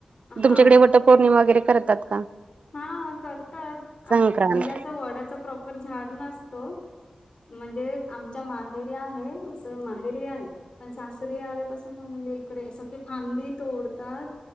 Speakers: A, on the left; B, on the right.
A: हा
B: तुमच्याकडे वटपौर्णिमा वगैरे करतात का.
A: हा करतात
B: संक्रांत
A: आम म्हणजे असं वडाच प्रॉपर झाड नसतो म्हणजे आमच्या माहेरी आहे तस माहेरी आहे. पण सासरी आल्यापासून त म्हणजे इकडे अस ती फांदी तोडतात